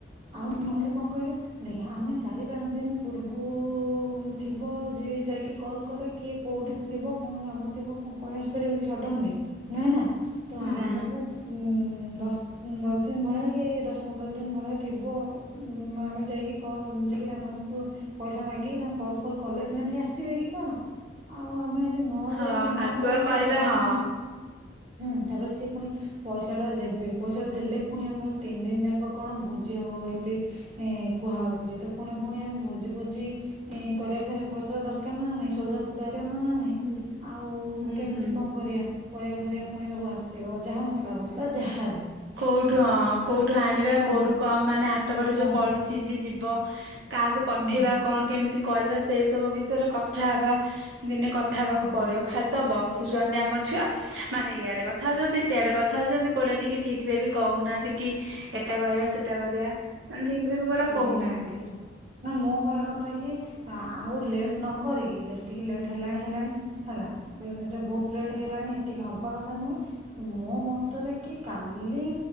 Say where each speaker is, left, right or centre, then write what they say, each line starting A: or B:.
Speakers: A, on the right; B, on the right.
A: ଆଉ ନହେଲେ କଣ କହିଲୁ ଦେଖିବା ଆମେ ଚାରି ପାଞ୍ଚ ଦିନ ପୂର୍ବରୁ ଥିବ ଯ ଯାଇକି କଲ କଲେ କିଏ କୋଉଠି ଥିବ କଣ କାମ ଥିବ ହଁ ପଳେଇସି ପାରିବ କି ସଡନଲି ନୁହେଁ ନା। ତ
B: ନା
A: ଆମକୁ ଉଁ ଦଶ ଦଶ ଦିନ ଭଳିଆ କି ଦଶ ପନ୍ଦର ଦିନ ଭଳିଆ ଥିବ ଆମେ ଯାଇକି ଯାଇକି ତାଙ୍କୁ ପଇସା ମାଗିକି ତାଙ୍କୁ କଲ ଫଲ କଲେ ସିନା ସି ଆସିବେ କି କଣ ଆଉ ଆମେ ନ
B: ହଁ
A: ଯାଇକି ନ
B: ଆଗୁଆ କହିବା
A: କରିବା
B: ହଁ
A: ପୁଣି ହୁଁ ତାପରେ ସିଏ ପୁଣି ପଇସା ଟା ଦେବେ ପଇସା ଟା ଦେଲେ ପୁଣି ଆମର ତିନି ଦିନ ଯାକ କଣ ଭୋଜି ହବ ବୋଲି ବୋଲି କୁହାଉଛି। ଏ ତ ପୁଣି ପୁଣି ଆମେ ଭୋଜି ଭୋଜି କରିବାରେ ପଇସା ଦରକାର ନା ନାଇଁ ସଉଦା ଫୁଦା ନା ନାଇଁ
B: ହୁଁ।
A: ଆଉ
B: ହୁଁ
A: ଏମିତି
B: ହୁଁ।
A: କଣ କରିବା? ପରିବା ପରିବା ପୁଣି ସବୁ ଆସିବ ଯାହା ମସଲା ଫସଲା ଯାହାବି
B: କୋଉଠୁ ହଁ କୋଉଠୁ
A: ଆ
B: ଆଣିବା
A: ହଁ
B: କୋଉଠୁ କମ ମାନେ ପଟ ବାଟ
A: କଣ
B: ଯୋଉ ପଢୁଛି ଯିଏ ଯିବ <inaudible> କାହାକୁ ପଠେଇବା
A: ହୁଁ
B: କଣ କେମିତି କରିବା ସେଇ ସବୁ ବିଷୟରେ କଥା ହବା। ଦିନେ କଥା ହେବାକୁ
A: ହଁ
B: ପଡିବ ଖାଲି ତ ବସୁଛନ୍ତି ଆମ ଛୁଆ ମାନେ ଇଆଡେ କଥା ହଉଛନ୍ତି ସିଆଡେ କଥା ହଉଛନ୍ତି କୋଉଟା ଟିକେ ଠିକ ରେ ବି କହୁନାହାନ୍ତି କି ଏଟା କରିବା ସେଟା କରିବା ମାନେ ଠିକ ରେ ବି କୋଉଟା
A: ସେଇଆ
B: କହୁନାହାନ୍ତି
A: ନା ମୁଁ କହିବା କଥା କି ଆଉ ଲେଟ୍ ନକରିକି ଯେତିକି ଲେଟ୍ ହେଲାଣି ହେଲାଣି ହେଲା ଏମିତିରେ ବହୁତ ଲେଟ୍ ହେଇଗଲାଣି ଏତିକି ହବା କଥା ନୁହେଁ ତ ମୋ ମତରେ କି କାଲି